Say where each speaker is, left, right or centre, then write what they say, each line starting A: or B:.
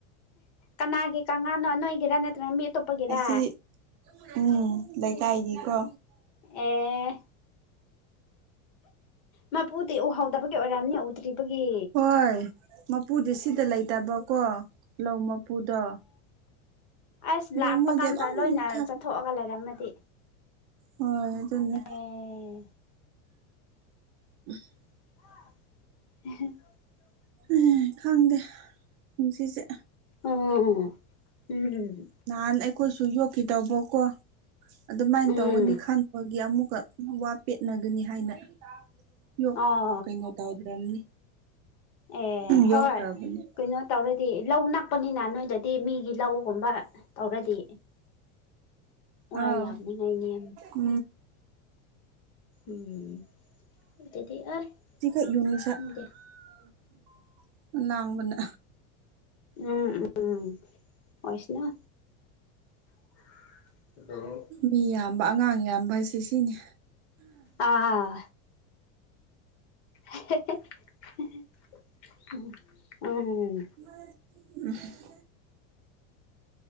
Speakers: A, on the left (about 45°); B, on the right (about 40°).
A: ꯀꯅꯥꯒꯤ ꯀꯥꯉꯥꯅꯣ ꯅꯣꯏꯒꯤꯔ ꯅꯠꯇ꯭ꯔꯅ ꯃꯤ ꯑꯇꯣꯞꯄꯒꯤꯔ
B: ꯑꯁꯤ ꯎꯝ ꯂꯩꯀꯥꯏꯒꯤꯀꯣ
A: ꯑꯦ ꯃꯄꯨꯗꯤ ꯎꯍꯧꯗꯕꯒꯤ ꯑꯣꯏꯔꯝꯅꯤ ꯎꯗ꯭ꯔꯤꯕꯒꯤ
B: ꯍꯣꯏ ꯃꯄꯨꯗꯤ ꯁꯤꯗ ꯂꯩꯇꯕꯀꯣ ꯂꯧ ꯃꯄꯨꯗꯣ
A: ꯑꯁ
B: ꯑꯗꯨ
A: ꯂꯥꯛꯄ
B: ꯃꯣꯏꯗꯤ
A: ꯀꯥꯟꯗ
B: ꯑꯗꯨꯝ
A: ꯂ‌ꯣꯏꯅꯥ
B: ꯊꯥꯞ
A: ꯆꯠꯊꯣꯛꯑꯒ ꯂꯩꯔꯝꯃꯗꯤ
B: ꯍꯣꯏ ꯑꯗꯨꯅꯦ
A: ꯑꯦ
B: <unintelligible>
A: <unintelligible>
B: ꯎꯝ ꯈꯪꯗꯦ ꯄꯨꯟꯁꯤꯁꯦ
A: ꯑꯣ ꯎꯝ
B: ꯅꯍꯥꯟ ꯑꯩꯈꯣꯏꯁꯨ ꯌꯣꯛꯈꯤꯗꯧꯕꯀꯣ ꯑꯗꯨꯃꯥꯏꯅ
A: ꯎꯝ
B: ꯇꯧꯒꯅꯤ ꯈꯟꯕꯒꯤ ꯑꯃꯨꯛꯀ ꯋꯥ ꯄꯦꯠꯅꯒꯅꯤ ꯍꯥꯏꯅ ꯌꯣ
A: ꯑꯣ
B: ꯀꯩꯅꯣ ꯇꯧꯗ꯭ꯔꯕꯅꯤ
A: ꯑꯦ ꯍꯣꯏ
B: ꯌꯣꯛꯇ꯭ꯔꯕꯅꯤ
A: ꯀꯩꯅꯣ ꯇꯧꯔꯗꯤ ꯂꯧ ꯅꯛꯄꯅꯤꯅ ꯅꯣꯏ ꯁꯤꯗꯗꯤ ꯃꯤꯒꯤ ꯂꯧꯒꯨꯝꯕ ꯇꯧꯔꯗꯤ ꯋꯥ
B: ꯑꯥꯎ
A: ꯌꯥꯝꯅꯤꯉꯥꯏꯅꯦ
B: ꯎꯝ
A: ꯎꯝ ꯑꯗꯨꯗꯤ ꯑꯦ
B: <unintelligible>
A: ꯈꯪꯗꯦ
B: ꯂꯥꯡꯕꯅ
A: ꯎꯝ ꯎꯝ ꯑꯣꯏꯁꯅꯨ <unintelligible>
B: ꯃꯤ ꯌꯥꯝꯕ ꯑꯉꯥꯡ ꯌꯥꯝꯕ ꯍꯥꯏꯁꯦ ꯁꯤꯅꯤ
A: ꯑꯥ <unintelligible>
B: <unintelligible>